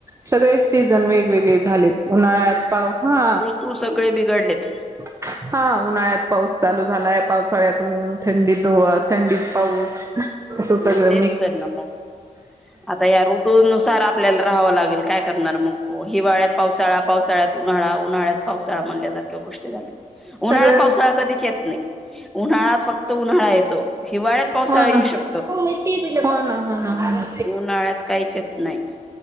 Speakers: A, on the right; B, in the centre.
A: सगळेच सीझन वेगवेगळे झालेत उन्हाळ्यात पाव हा.
B: तू सगळे बिघडलेत.
A: ह <unintelligible> हां, उन्हाळ्यात पाऊस चालू झालाय, पावसाळ्यात उन, थंडीत व थंडीत पाऊस असं
B: हम्
A: सगळं
B: तेच
A: मिक्स
B: तर ना मग, आता या ऋटू नुसार आप आपल्याला राहावं लागल, काय करणार मग, हिवाळ्यात पावसाळा, पावसाळ्यात उन्हाळा, उन्हाळ्यात पावसाळा, म्हणल्यासारखे गोष्टी झाल्या, उन्हाळ्यात
A: सगळेच
B: पावसाळा, कधीच येत नही, उन्हाळच फक् त, उन्हाळा येतो, हिवाळ्यात पावसाळा
A: हो
B: येऊ
A: ना
B: शक
A: हो मी टिफिन <unintelligible> हो ना, होणा होणा.
B: उन्हाळ्यात काहीच येत नाही